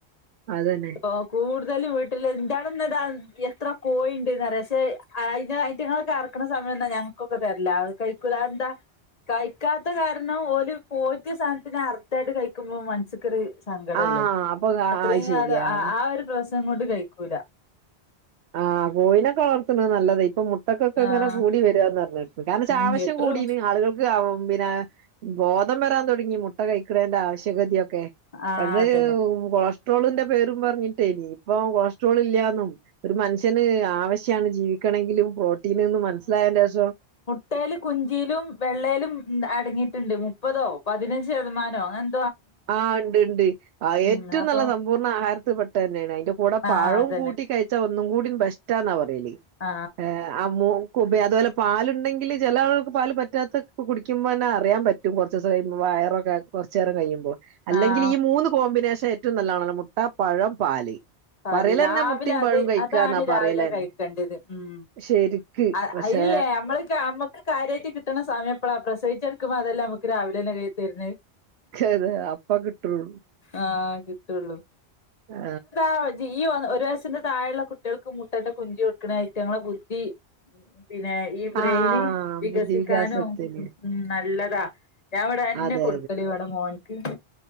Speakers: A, on the right; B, on the left.
A: അതെന്നെ
B: ഓ കൂടുതലും വീട്ടില് ഇന്റാടെന്നതാ എത്ര കോയിണ്ട്ന്ന്റിയോ പക്ഷെ അയ്നെ അയ്ന്റങ്ങളൊക്കെ അർക്ക്ണ സമയത്താ ഞങ്ങക്കൊക്കെ തെര്ല് അത് കഴിക്കൂല അതെന്താ കഴിക്കാത്ത കാരണം ഓര് പോറ്റിയ സാനത്തിനെ അർത്താണ്ട് കയ്ക്കുമ്പോ മൻസ് ക്കൊര് സങ്കടല്ലേ
A: ആഹ് അപ്പൊ അത്
B: അത്രേം
A: ശരിയാ
B: കാലം ആ ആ ഒരു പ്രശ്നം കൊണ്ട് കയ്ക്കൂല
A: ആ കോയിനൊക്കെ വളർത്ത്ണത് നല്ലതാ ഇപ്പൊ മുട്ടക്കൊക്കെ
B: ആഹ്
A: ഇങ്ങനെ കൂടി വെരാന്ന് പർഞ് ന്താച്ച
B: ഉം
A: ആവശ്യം
B: എട്ട്രു
A: കൂടിന് ആളുകൾ സ്സിലാവും പിന്നെ ബോധം വെരാൻ തൊടങ്ങി മുട്ട കഴിക്ക്ണേന്റെ ആവശ്യകതിയൊക്കെ
B: ആഹ്
A: അത്
B: അതന്നെ
A: കൊളസ്ട്രോളിന്റെ പേരും പറഞ്ഞിട്ടേനി ഇപ്പൊ കൊളസ്ട്രോൾ ല്ലാന്നും ഒരു മനുഷ്യന് ആവശ്യാണ് ജീവിക്കണെങ്കിലും പ്രോട്ടീന് ന്ന് മൻസ്സിലായേന്റെഷം
B: ട്ടെല് കുഞ്ചിലും വെള്ളെലും അടങ്ങിയിട്ട്ണ്ട് മുപ്പതോ പതിനഞ്ച് ശതമാനോ അങ്ങനെ
A: ആ ണ്ട് ണ്ട് ആ ഏറ്റവും
B: ഉം അപ്പൊ
A: നല്ല സമ്പൂർണ്ണ ആഹാരത്തിൽ പെട്ടതെന്നെണ് അയ്ന്റെ കൂടെ പഴും
B: ആഹ് അതന്നെ
A: കൂട്ടി കയ് ച്ചാ ഒന്നും കൂടി ബെസ്റ്റാന്നാ പറയല്
B: ആ
A: ആ മോക്കും അതുപോലെ പാല്ണ്ടെങ്കില് ചെലെ ആളുകൾക്ക് പാല് പറ്റാത്ത കുടിക്കുമ്പോന്നെ അറിയാൻ പറ്റും റ്റും കൊർച്ചുസം കയ്യുമ്പോ വയറൊക്ക കൊർച്ചേരം കയ്യുമ്പോ അല്ലെങ്കിലീ
B: ആഹ്
A: മൂന്ന് കോമ്പിനേഷൻ ഏറ്റവും നല്ലതാണല്ലോ മുട്ട, പഴം, പാല്
B: പാല്
A: പറയലന്നെ
B: രാവിലെ
A: മുട്ടയും പഴവും
B: അത്
A: കഴിക്കാന്നാ
B: അതാണ്
A: പറയലന്നെ
B: രാവിലെ കഴിക്കേണ്ടിയെത് ഉം
A: ശരിക്ക്
B: അ
A: പക്ഷെ
B: അയ്ല്ലേ നമ്മൾക്കാമ്മക്ക് കാര്യായിട്ട് കിട്ട്ണ സമയപ്പെളാ പ്രസവിച്ചെട്ക്കുമ്പോ അതെല്ലെ നമ്മക്ക് രാവിലെന്നെ കയ്യി തെര്ണെ
A: ക്കേത് അപ്പം കിട്ട്ള്ളു
B: ആഹ് കിട്ടുള്ളൂ
A: ആ
B: <unintelligible> ഈ ഒരു വയസ്സിന്റെ താഴെള്ള കുട്ട്യാൾക്ക് മുട്ടന്റെ കുഞ്ചി കൊട്ക്ക്ണത് ഐറ്റങ്ങള ബുദ്ധി പിന്നെ ഈ ബ്രെയിന്
A: ആഹ്
B: വികസിക്കാനും
A: ബുദ്ധി വികാസത്തിന്
B: ഉം നല്ലതാ ഞാൻ വടെ അതെന്നെ
A: അതെ
B: കൊട്ക്കല് ഇവടെ മോൻക്ക്